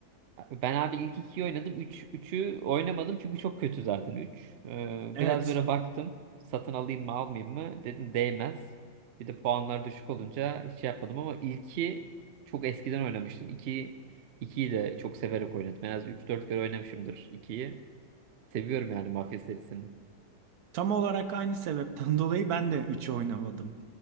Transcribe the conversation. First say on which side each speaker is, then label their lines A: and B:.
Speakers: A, on the right; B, on the right.
A: Ben abi ilk ikiyi oynadım. Üç, üçü oynamadım çünkü çok kötü zaten üç. Ee,
B: Evet.
A: biraz böyle baktım. Satın alayım mı almayayım mı? Dedim değmez. Bir de puanlar düşük olunca hiç şey yapmadım ama ilki çok eskiden oynamıştım. İki, ikiyi de çok severek oynadım. En az üç dört kere oynamışımdır ikiyi. Seviyorum yani Mafya serisini.
B: Tam olarak aynı sebepten <laughs> dolayı ben de 3'ü oynamadım.